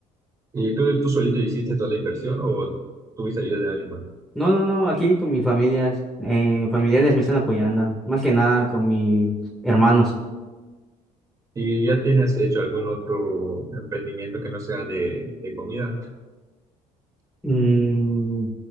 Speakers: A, on the right (about 25°); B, in the centre.
A: ¿Y tú, tú solito hiciste toda la inversión o tuviste ayuda de alguien más?
B: No, no, no, aquí con mis familias, eh, mis familiares me están apoyando, más que nada con mis hermanos.
A: ¿Y ya tienes hecho algún otro emprendimiento que no sea de, de comida?
B: Mm,